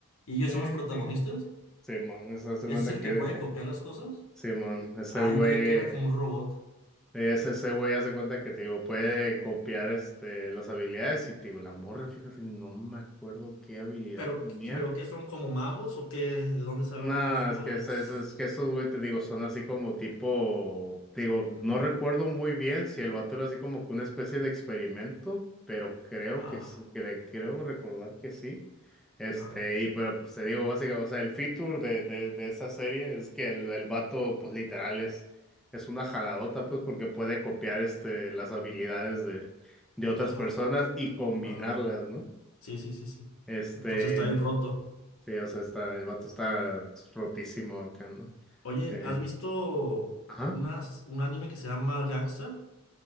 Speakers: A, on the left; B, in the centre.
A: ¿Y ellos
B: Sí,
A: son los protagonistas?
B: sí, Simón, eso hace
A: ¿Ese
B: cuenta
A: es el
B: que,
A: que puede
B: eh,
A: copiar las cosas?
B: Simón, ese
A: Ah,
B: güey,
A: yo creí que era como un robot.
B: es ese güey hace cuenta que, te digo, puede copiar, este, las habilidades y, te digo, la morra, fíjate, no me acuerdo qué habilidad
A: Pero,
B: tenía.
A: ¿qué- pero ¿qué son como magos o qué? ¿De dónde salen
B: No,
A: sus poderes?
B: es que, es, es- es que esos, güey, te digo, son así como tipo, digo, no recuerdo muy bien si el vato era así como que una especie de experimento, pero creo
A: Ah,
B: que sí, cre- creo recordar que sí. Este,
A: ándale.
B: y pero pues te digo, básicamente, o sea, el feature de, de, de esa serie es que el, el vato, pues literal, es, es una jaladota, pues, porque puede copiar este, las habilidades de, de otras
A: Ajá,
B: personas y combinarlas,
A: va, va.
B: ¿no?
A: Sí, sí, sí, sí.
B: Este,
A: Entonces está bien roto.
B: sí, o sea, está, el vato está rotísimo acá, ¿no?
A: Oye,
B: Eh,
A: ¿has visto
B: ajá,
A: unas, un anime que se llama Gangsta?